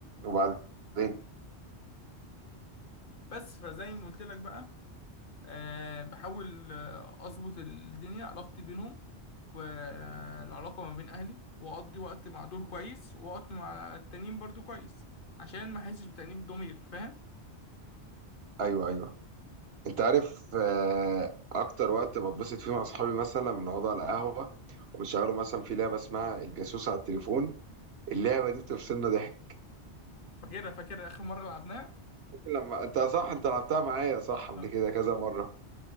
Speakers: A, on the right (about 65°); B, on the left (about 55°).
A: وبعدين
B: بس فزي ما قلت لك بقى آه، بحاول آه، اظبط الدنيا علاقتي بينهم والعلاقه ما بين اهلي واقضي وقت مع دول كويس ووقت مع التانيين برضو كويس عشان ما احسش بتأنيب الضمير فاهم
A: ايوه ايوه انت عارف آه، اكتر وقت بتبسط فيه مع اصحابي مثلا لما نقعد على القهوه ونشغلوا مثلا في لعبه اسمها الجاسوس على التليفون اللعبه دي بتفصلنا ضحك
B: فاكرها فاكر اخر مره لعبناها
A: لما انت صح انت لعبتها معايا صح قبل
B: اه
A: كده كذا مره